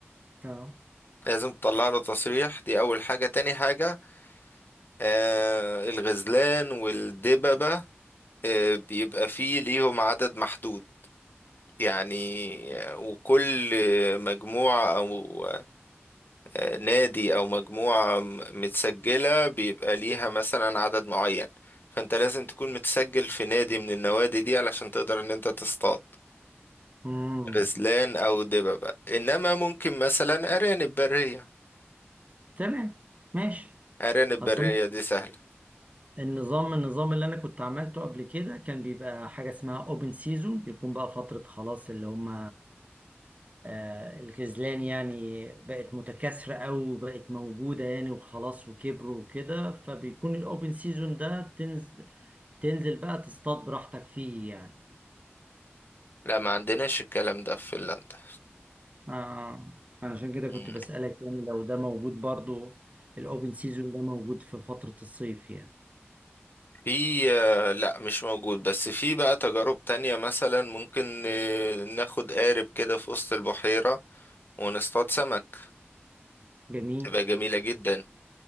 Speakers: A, on the right (about 35°); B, on the left (about 55°).
A: اه
B: لازم تطلع له تصريح دي أول حاجة تاني حاجة آه الغزلان والدببة آه بيبقى فيه ليهم عدد محدود يعني آه، وكل مجموعة أو آه، نادي أو مجموعة م- متسجلة بيبقى ليها مثلا عدد معين فأنت لازم تكون متسجل في نادي من النوادي دي علشان تقدر إن أنت تصطاد
A: امم
B: غزلان أو دببة إنما ممكن مثلا أرانب برية
A: تمام ماشي
B: أرانب
A: اصلا
B: برية دي سهلة
A: النظام النظام اللي انا كنت عملته قبل كده كان بيبقى حاجة اسمها اوبن سيزون بيكون بقى فترة خلاص اللي هم آه، الخذلان يعني بقت متكاثرة أوي وبقت موجودة يعني وخلاص وكبروا وكده فبيكون الأوبن سيزون ده تنزل تنزل بقى تصطاد براحتك فيه يعني
B: لا ما عندناش الكلام ده في فنلندا
A: آه عشان كده كنت
B: مم.
A: بسألك يعني لو ده موجود برضو الأوبن سيزون ده موجود في فترة الصيف يعني
B: في آه، لا مش موجود بس في بقى تجارب تانية مثلا ممكن آه، ناخد قارب كده في وسط البحيرة ونصطاد سمك
A: جميل
B: تبقى جميلة جدا